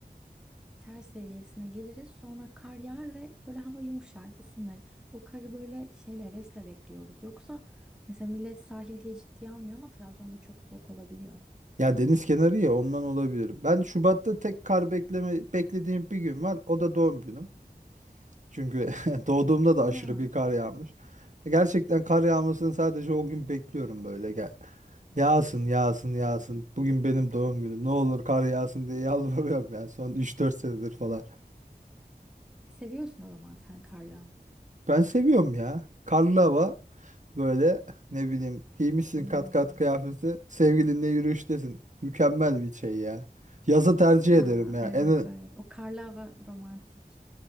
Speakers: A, in the centre; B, on the right.
A: ter seviyesine geliriz. Sonra kar yağar ve böyle hava yumuşar, ısınır. O karı böyle şeyle hevesle bekliyoruz. Yoksa mesela millet sahil diye ciddiye almıyor ama Trabzon'da çok soğuk olabiliyor.
B: Ya deniz kenarı ya ondan olabilir. Ben Şubat'ta tek kar bekleme beklediğim bir gün var. O da doğum günüm. Çünkü <laughs> doğduğumda da
A: Ya
B: aşırı bir kar yağmış. Gerçekten kar yağmasını sadece o gün bekliyorum böyle. Gel. Yağsın, yağsın, yağsın. Bugün benim doğum günüm. Ne olur kar yağsın diye yalvarıyorum ya son 3-4 senedir falan.
A: seviyorsun o zaman sen karlı
B: Ben seviyorum ya. Karlı
A: hava.
B: hava böyle ne bileyim giymişsin
A: Hmm.
B: kat kat kıyafeti sevgilinle yürüyüştesin. Mükemmel bir şey ya. Yazı tercih ederim
A: Aa,
B: ya.
A: evet
B: En
A: evet o karlı hava romantik.